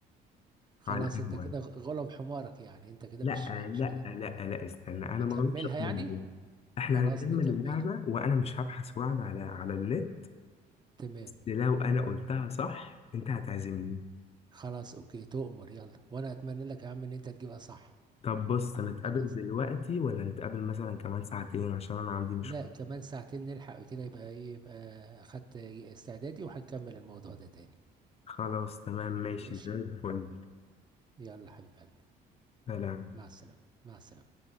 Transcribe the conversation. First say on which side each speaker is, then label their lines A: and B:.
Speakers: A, on the right; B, on the left.
A: خلاص
B: على القهوة
A: انت كده غلب حمارك يعني انت كده
B: لا
A: مش مش
B: لا
A: قادر
B: لا لا استنى انا
A: نكملها
B: ما غلطتش في
A: يعني
B: الموضوع احنا
A: خلاص
B: هنكمل
A: نكملها
B: اللعبة وانا مش هبحث وعد على على النت
A: تمام
B: لو انا قلتها صح انت هتعزمني
A: خلاص اوكي تؤمر يلا وانا اتمنى لك يا عم ان انت تجيبها صح
B: طب بص نتقابل
A: خلاص
B: دلوقتي ولا نتقابل مثلا كمان ساعتين عشان انا عندي مشوار
A: لا كمان ساعتين نلحق كده يبقى ايه يبقى اخدت استعدادي وهنكمل الموضوع ده تاني
B: خلاص تمام ماشي
A: ماشي
B: زي الفل
A: يلا حبيب قلبي
B: سلام
A: مع السلامة مع السلامة